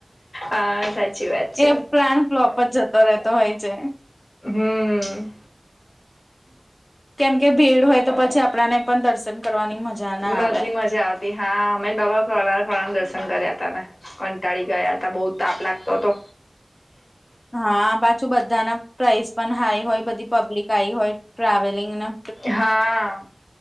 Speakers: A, on the left; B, on the left.
A: હા સાચી વાત છે
B: એ પ્લાન લોલોપ જ જતો રહેતો હોય છે.
A: હમ્મ
B: કેમ કે ભીડ હોય તો પછી આપણા ને પણ દર્શન કરવાની મજા ના
A: નથી
B: આવે.
A: મજા આવતી હા, અમે બાબા પ્રણા પ્રણા દર્શન કર્યા ત ને કંટાળી ગયા હતા બહુ તાપ લાગતો હતો.
B: હા પાછું બધાના પ્રાઇસ પણ હાઈ હોય, બધી પબ્લિક આઈ હોય ટ્રાવેલિંગ ના
A: હા